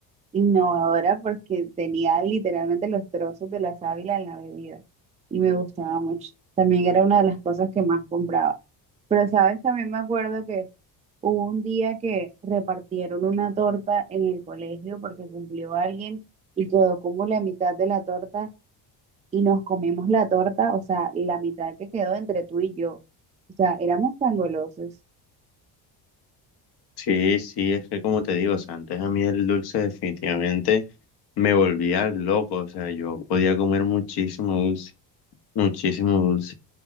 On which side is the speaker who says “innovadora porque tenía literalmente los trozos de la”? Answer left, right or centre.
Right